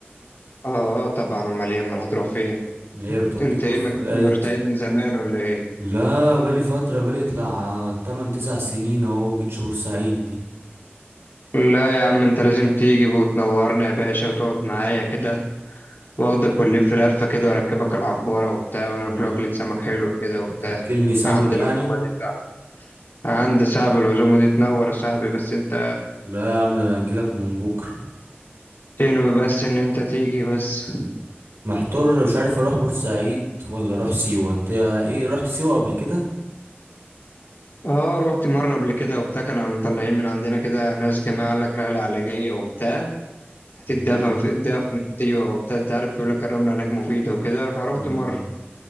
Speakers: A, on the left; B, on the right.
A: اه آه، طبعا امال ايه امال هتروح فين
B: اللي هي بتوديك
A: انت
B: بور
A: ايه
B: فؤاد
A: ما جيتش بورسعيد من زمان ولا ايه
B: لا بالي فتره بالي طلع 8 9 سنين اهو ما جيتش بورسعيد دي
A: لا يا عم انت لازم تيجي وتنورنا يا باشا وتقعد معايا كده واخدك ونلف لفة كده واركبك العبارة وبتاع وناكل
B: لا،
A: أكلة سمك حلو كده وبتاع
B: هتاكلني سمك
A: عند
B: يعني
A: العزومة دي صعب عند صاحب العزومة دي تنور يا صاحبي بس انت
B: لا يا عم ده انا هجيلك من بكره
A: تنوي بس ان انت تيجي بس
B: محتار مش عارف اروح بورسعيد ولا اروح سيوه انت ايه رحت سيوه قبل كده
A: اه رحت مرة قبل كده وبتاع كانوا مطلعين من عندنا كده ناس جماعة قال لك رحلة علاجية وبتاع هتتدفن
B: مم.
A: في دفن في سيوة وبتاع انت عارف يقول لك الرملة هناك مفيدة وكده فروحت
B: مم.
A: مرة